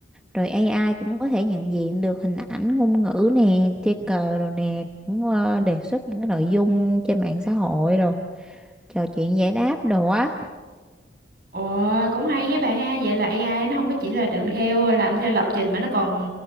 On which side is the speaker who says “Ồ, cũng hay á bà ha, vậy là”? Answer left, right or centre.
Right